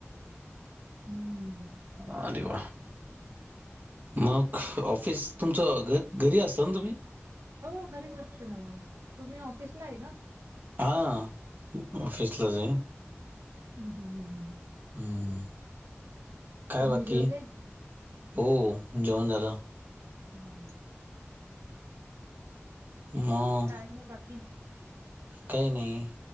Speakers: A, on the right (about 85°); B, on the right (about 40°).
A: हम्म.
B: वा रे वा. मग ऑफिस तुमचं, घ घरी असता ना तुम्ही?
A: हो घरीच असते ना मी, तुम्ही ऑफिसला हाय का?
B: हां मी ऑफिसलाज हे.
A: ह्म ह्म ह्म ह्म.
B: ह्ह, काय
A: तुम्ही
B: बाकी?
A: जेवले?
B: हो जेवण झालं.
A: ह्म ह्म.
B: मं.
A: अन मग बाकी?
B: काय नई.